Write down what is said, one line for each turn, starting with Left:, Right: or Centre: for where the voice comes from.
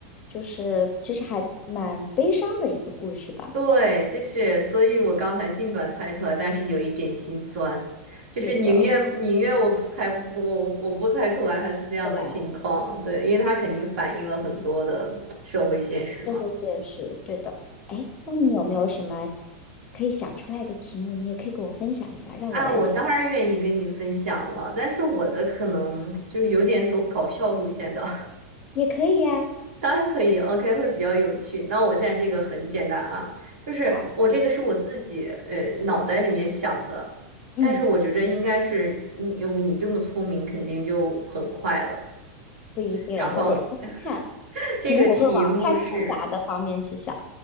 Left: 就是其实还蛮悲伤的一个故事吧。
Right: 对，就是，所以我刚才尽管猜出来，但是有一点心酸，就是宁愿宁愿我不猜我我我不猜出来他是这样的情况，
Left: 对的。来，
Right: 对，因为他肯定反映了很多的社会现实嘛。
Left: 社会现实，对的。哎，那你有没有什么可以想出来的题目？你也可以跟我分享一下，让我来猜，
Right: 啊，我当然愿意跟你分享了，但是我的可能就是有点走搞笑路线的。
Left: 也可以呀。
Right: 当然可以，OK，会比较有趣。那我现在这个很简单啊，就是我这个是我自己呃脑袋里面想的，
Left: 好，嗯，
Right: 但是我觉着应该是你你这么聪明，肯定就很快了。
Left: 不一定，
Right: 然后
Left: 我得猜猜看，
Right: <laughs> 这个题目是，
Left: 可能我会往太复杂的方面去想。